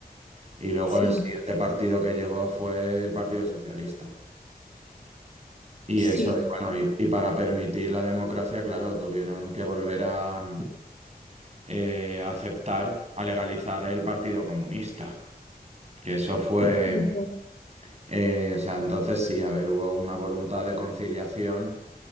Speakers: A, on the right; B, on the left.
A: Y luego
B: sí,
A: el siguiente partido que llegó fue el Partido Socialista. Y
B: sí,
A: eso, y bueno, y, y para permitir la democracia, claro, tuvieron que volver a, eh, a aceptar, a legalizar el Partido Comunista, que eso fue,
B: Ujú.
A: eh, o sea, entonces sí, a ver, hubo una voluntad de conciliación